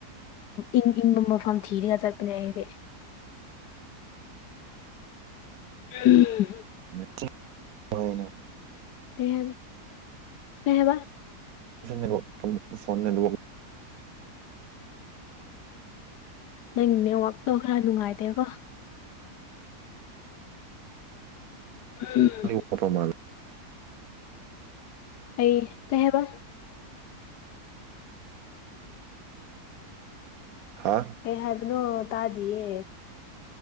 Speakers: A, on the left (about 80°); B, on the right (about 65°).
A: ꯏꯪ ꯏꯪꯕ ꯃꯐꯝ ꯊꯤꯔꯒ ꯆꯠꯄꯅꯦ ꯑꯩꯗꯤ
B: <inaudible>
A: <unintelligible>
B: <unintelligible>
A: <unintelligible> ꯀꯩ ꯍꯥꯏꯕ
B: <unintelligible> ꯐꯣꯟꯅ ꯂꯨꯑꯣ
A: ꯅꯪ ꯅꯦꯋꯥꯛꯇꯣ ꯈꯔ ꯅꯨꯡꯉꯥꯏꯇꯦꯀꯣ <unintelligible>
B: ꯅꯪꯒꯤ ꯋꯥꯠꯄ ꯃꯥꯜꯂꯦ
A: ꯑꯩ ꯀꯩ ꯍꯥꯏꯕ
B: ꯍꯥ
A: ꯀꯩ ꯍꯥꯏꯕꯅꯣ ꯇꯥꯗꯤꯌꯦ